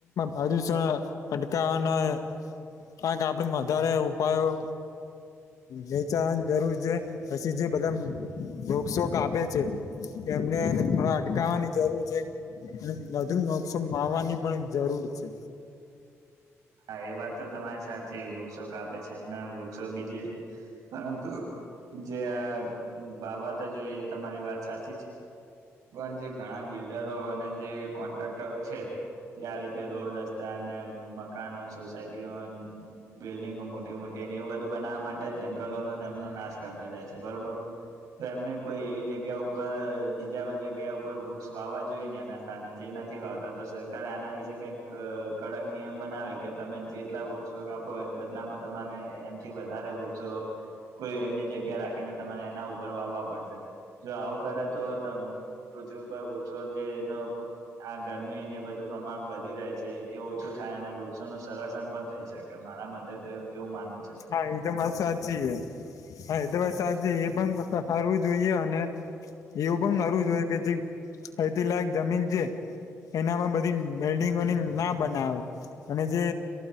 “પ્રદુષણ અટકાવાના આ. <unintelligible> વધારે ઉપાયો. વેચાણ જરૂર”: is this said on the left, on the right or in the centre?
Left